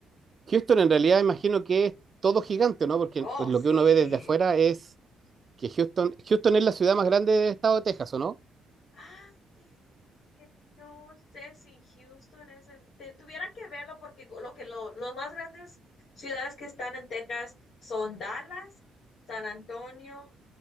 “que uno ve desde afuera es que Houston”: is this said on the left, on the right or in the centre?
Right